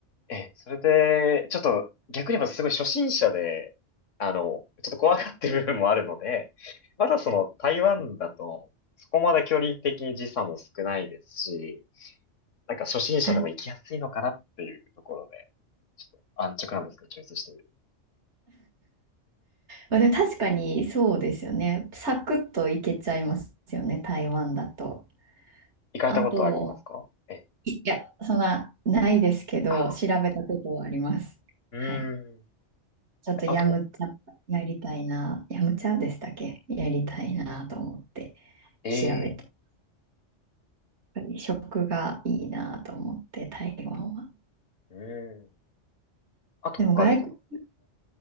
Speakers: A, on the left; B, on the right.
A: ええ、それで、ちょっと逆に言えばすごい初心者で、あの、ちょっと怖がってる部分もあるので、まだその台湾だと、そこまで距離的に時差も少ないですし、なんか初心者でも行きやすいのかなっていうところで、
B: はい。
A: ちょっと安直なんですけど、チョイスしてる。
B: まあでも確かにそうですよね。サクッと行けちゃいますよね、台湾だと。
A: 行かれたことありますかええ、
B: あと、いいや、そんな、ないですけど、
A: あ、
B: 調べたことはあります。
A: うーん。
B: はい。ちょっとヤムチャやりたいな、
A: あと、
B: ヤムチャでしたっけやりたいなと思って
A: ええ、
B: 調べて、やっぱり食がいいなと思って、台湾は。
A: うーん。あと北海道の。
B: でも外国、